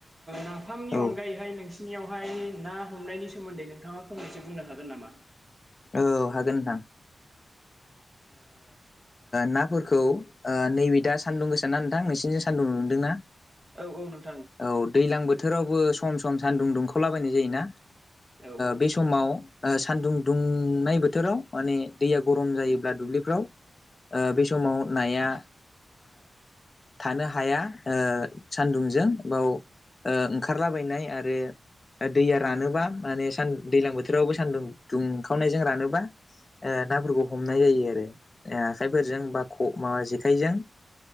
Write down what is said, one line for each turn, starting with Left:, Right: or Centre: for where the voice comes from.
Right: नाफामनि
Left: ओ औ
Right: अनगायैहाय नोंसि नियावहाय ना हमनायनि सोमोन्दै नोंथाङा फंनैसो बुंनो हागोन नामा
Left: औ हागोन नोंथां नाफोरखौ नैबे दा सान्दुं गोसा ना नोंथां नोंसिनिजों सान्दुं नुदोंना
Right: औ औ नोंथां
Left: औ दैज्लां बोथोरावबो सम सम सानदुं दुंखावलाबायनाय जायोना
Right: औ औ
Left: बे समाव सान्दुं दुंनाय बोथोराव माने दैया गरम जायोब्ला दुब्लिफ्राव बे समाव नाया थानो हाया सान्दुंजों बाव ओंखारलाबायनाय आरो दैया रानोबा मानेान दैज्लां बोथोरावबो सानदुं दुंखावनायजों रानोबा नाफोरखौ हमनाय जायो आरो आखाइफोरजों बा माबा जेखाइजों